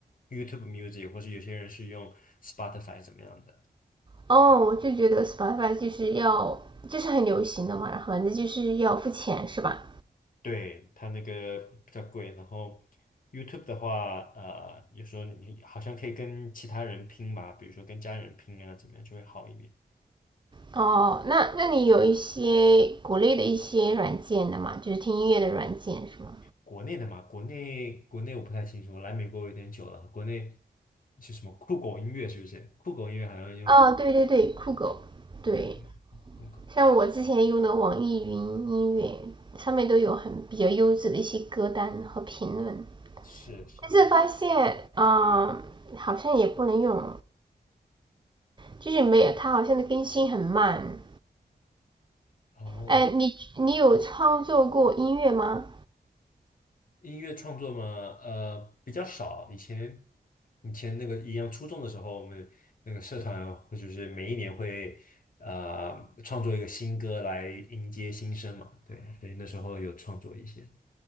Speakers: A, on the left (about 55°); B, on the right (about 30°).
A: YouTube Music，或者有些人是用 Spotify 怎么样的？
B: 哦，我就觉得 Spotify 就是要就是很流行的嘛，然后反正就是要付钱是吧？
A: 对，它那个比较贵。然后 YouTube 的话，呃，有时候你好像可以跟其他人拼吧，比如说跟家人拼啊，怎么样就会好一点。
B: 哦，那那你有一些国内的一些软件的嘛，就是听音乐的软件是吗？
A: 国内的嘛，国内国内我不太清楚，来美国有点久了，国内是什么酷狗音乐是不是？酷狗音乐好像用挺多的。
B: 哦，对对对，酷狗，对，
A: 对。很高，
B: 像我之前用的网易云音乐上面都有很比较优质的一些歌单和评论，
A: 是是。
B: 但是发现，嗯、好像也不能用就是没有，它好像更新很慢。
A: 然后
B: 哎，你你有创作过音乐吗？
A: 音乐创作嘛，呃，比较少。以前以前那个一样初中的时候，我们那个社团或者是每一年会呃创作一个新歌来迎接新生嘛，对，所以那时候有创作一些。